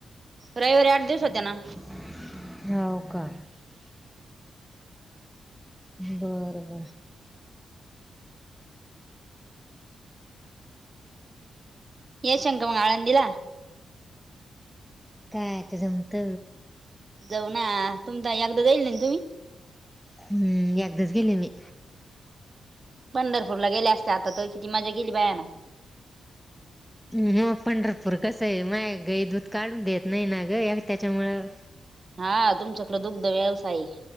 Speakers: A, on the right; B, in the centre.
A: रविवारी आठ दिवस
B: ना?
A: होत्या ना
B: होव का. बरं बर.
A: एशियन का मंग आळंदीला?
B: कायच जमत.
A: जाऊ ना, तुम एकदां जाईल ना तुम्ही?
B: हम्म एकदच गेले मी.
A: पंढरपूरला गेल्या असते आता तर किती मजा केेली बाया ना.
B: मग पंढरपूर कसं आहे, म गई दूध काढून देत नाही ना ग त्याच्यामुळं
A: हा तुमच्याकडे दुग्ध व्यवसाय.